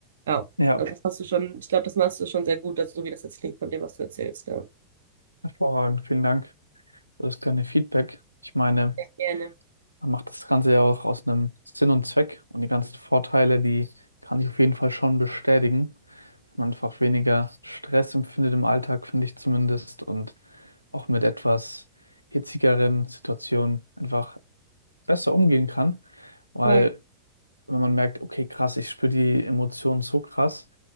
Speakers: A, on the right (about 65°); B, on the left (about 85°).
A: Ja,
B: Ja,
A: also das hast du schon, ich glaube, das machst du schon sehr gut, also so wie das jetzt klingt von dem, was du erzählst, ja.
B: hervorragend. Vielen Dank für das kleine Feedback. Ich meine,
A: Ja, gerne.
B: man macht das Ganze ja auch aus einem Sinn und Zweck und die ganzen Vorteile, die kann ich auf jeden Fall schon bestätigen. Dass man einfach weniger Stress empfindet im Alltag, finde ich zumindest, und auch mit etwas hitzigeren Situationen einfach besser umgehen kann. Weil
A: Voll.
B: wenn man merkt, okay, krass, ich spüre die Emotionen so krass,